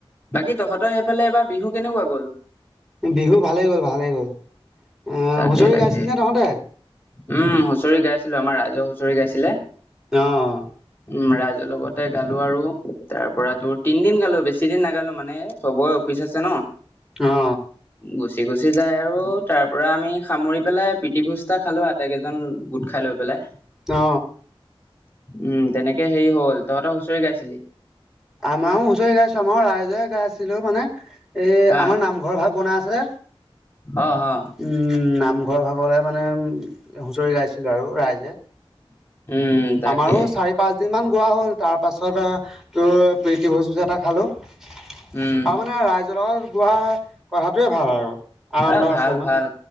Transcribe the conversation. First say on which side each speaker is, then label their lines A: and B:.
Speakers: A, on the left; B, in the centre.
A: বাকী তহঁতৰ সেইফালে এবাৰ বিহু কেনেকুৱা গ'ল?
B: বিহু ভালেই গ'ল ভালেই গ'ল, আহ
A: তাকে
B: হুঁচৰি
A: তাকে
B: গাইছিল নে তহঁতে?
A: উম হুঁচৰি গাই আছিলো আমাৰ ৰাইজে হুঁচৰি গাইছিলে।
B: অহ।
A: উম ৰাইজৰ লগতে গালো আৰু তাৰ পৰা তোৰ তিনদিন গালো বেছিদিন নাগালো। মানে চবৰে অফিচ আছে ন।
B: অ
A: গুচি গুচি যায় আৰু তাৰ পৰা আমি সামৰি পেলাই প্ৰীতিভোজ এটা খালো আটাইকেইজন গোট খাই লৈ পেলাই।
B: অ।
A: উম তেনেকে হেৰি হ'ল তহঁতৰ হুঁচৰি গাইছিলি।
B: আমাৰো হুঁচৰি গাইছো আমাৰ ৰাইজৰে গাই আছিলো মানে এ
A: হা
B: আমাৰ নামঘৰ ভাগ বনাই আছে।
A: অ অ
B: উম নামঘৰৰ ভাগলৈ মানে উম হুঁচৰি গাইছিলো আৰু ৰাইজে।
A: উম তাকে
B: আমাৰো চাৰি পাঁচ দিন মান গোৱা হ'ল। তাৰপাছত তোৰ প্ৰীতি ভোজ এটা খালোঁ। আৰু
A: উম
B: মানে ৰাইজৰ লগত গোৱা কথাটোয়ে ভাল আৰু। আনন্দ
A: এ ভাল
B: আছে ন
A: ভাল